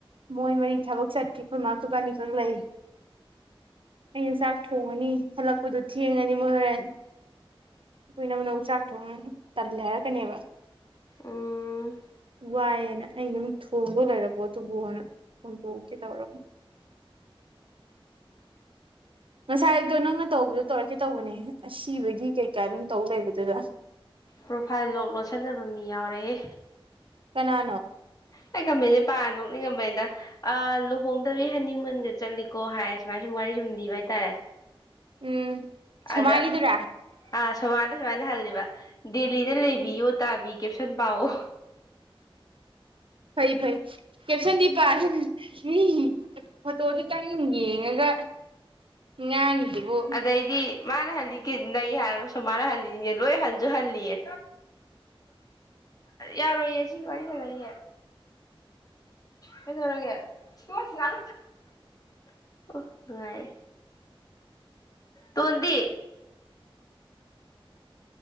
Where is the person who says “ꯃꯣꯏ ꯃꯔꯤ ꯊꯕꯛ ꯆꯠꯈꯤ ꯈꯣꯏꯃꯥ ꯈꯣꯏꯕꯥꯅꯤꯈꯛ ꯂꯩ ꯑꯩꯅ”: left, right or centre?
Right